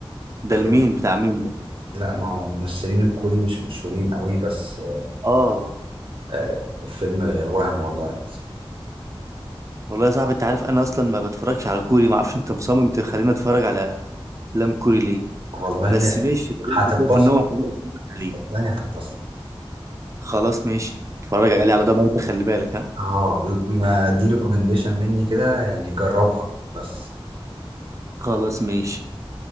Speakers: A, on the right; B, on the right.
A: ده
B: في-
A: المين بتاع مين ده
B: لا ما هو الممثلين الكوري مش مشهورين قوي بس
A: اه
B: آه، الفيلم وهم والله
A: والله يا صاحبي انت عارف انا اصلا ما بتفرجش على كوري ما اعرفش انت مصمم تخليني اتفرج على افلام كوري ليه
B: والله
A: بس ماشي لو
B: هتتبسط
A: انت شايف ان هو حلو اتفرج عليه
B: صدقني هتتبسط
A: خلاص ماشي اتفرج عليه على ضمانتك خلي بالك ها
B: اه ما دي ريكومنديشن مني كده يعني جربها بس
A: خلاص ماشي